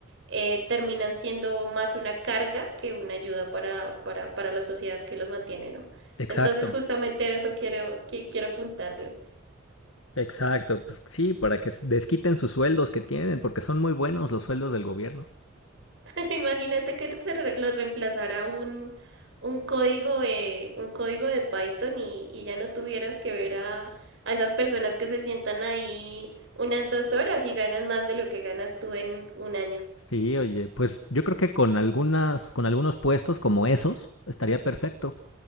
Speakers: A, on the right; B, on the left.
A: eh, terminan siendo más una carga que una ayuda para, para, para la sociedad que los mantiene, ¿no?
B: Exacto,
A: Entonces justamente a eso quiero, que, quiero apuntarle.
B: exacto. Pues sí, para que desquiten sus sueldos que tienen, porque son muy buenos los sueldos del gobierno.
A: <laughs> Imagínate que se re- lo reemplazara un, un código de, un código de Python y, y ya no tuvieras que ver a, a esas personas que se sientan ahí unas dos horas y ganan más de lo que ganas tú en un año.
B: Sí, oye, pues yo creo que con algunas, con algunos puestos como esos, estaría perfecto.